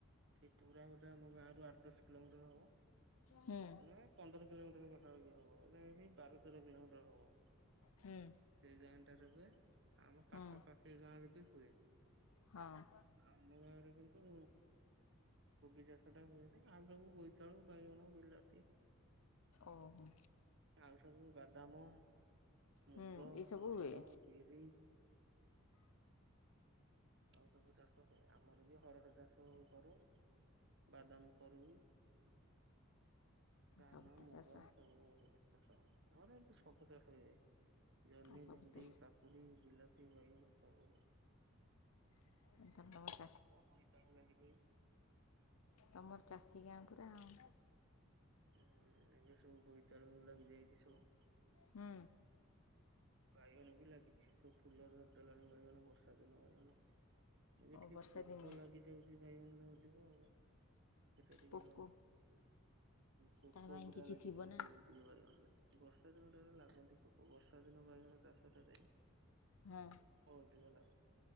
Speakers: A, on the right; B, on the left.
A: ସେ ତୁରା ଗୋଡା ଆମ ଗାଁ ରରୁ ଆଠ ଦଶ କିଲୋମିଟର ହବ।
B: ହୁଁ
A: ନ ପନ୍ଦର କିଲୋମିଟର ପାଖଏ ହବ ନା ସେ ବାର ତର କିଲୋମିଟର ହବ
B: ହୁଁ
A: ସେ ଯା। ଟରେବେ ଆମ ପାଖାପାଖି
B: ହୁଁ
A: ଗାଁରେ ବି ହୁଏ
B: ହଁ
A: ଆମ ଗାଁରେ କିନ୍ତୁ କୋବି ଚାଷ ଟା ହୁଏନି ଆମ ସବୁ ବୋଇତାଳୁ ବାଇଗଣ ବିଲା।
B: ଓହୋ।
A: ଆଉ ସବୁ ବାଦାମ ମୁଗ
B: ହୁଁ ଏସବୁ
A: ହରଡ଼
B: ହୁଏ
A: ବିରି ଆଉ ସବୁ ଚାଷ ହୁ ଆମର ବି ହରଡା ଚାଷ କରୁ। ବାଦାମ କରରୁୁ କାନ
B: ସବୁ ତ
A: ମୁଗ
B: ଚାଷ
A: ସବୁ ଚାର ଖବ ଶଣିବେ ଜହ୍ନି
B: ଆଉ ସବୁ
A: ଭେଣ୍ଡି
B: ତ
A: କାକୁଡି ବିଲାତି ବାଇଗଣ ତଉ
B: ଏ।
A: ସମଇସଳ ଲାଗି ରହିଛି।
B: ତୁମର ଚାଷୀ ଗାଁ ପୁରା ଆଉ।
A: ହୁଁ ଏଗ ସବୁ ବହି। ଚଳୁ ଲାଗି ଯାଇଛି ସବୁ।
B: ହୁଁ
A: ବାଇଗଣ ବି ଲାଗିଛି ସବୁ ଫୁଲ ଧରିଦଲାଣି ବାଇଗଣ ବର୍ଷା ଦିନ ବାଇଗଣ। ଏବେ
B: ଓ
A: ଟିକେ
B: ବର୍ଷା
A: ପୋକ
B: ଦିନିଆ
A: ଲାଗିଯାଉଛି ବାଇଗଣରେ ଅଧିକ ଆଉ। ସେଟିକର୍ଷ
B: ପୋକ
A: ପୋକ
B: ତା ପାଇଁ
A: ପୁରା
B: କିଛି
A: ଲାଗି
B: ଥିବ
A: ଯାଇଥିଲା
B: ନା
A: ଗୋଟିଇଣେ ବର୍ଷା ଦିନାରେ ଲାଗନ୍ତି ପୋକ ବର୍ଷା ଭିନ ବାଇଗଣ ଚାଷ ରେ
B: ହଁ
A: ହଠ କ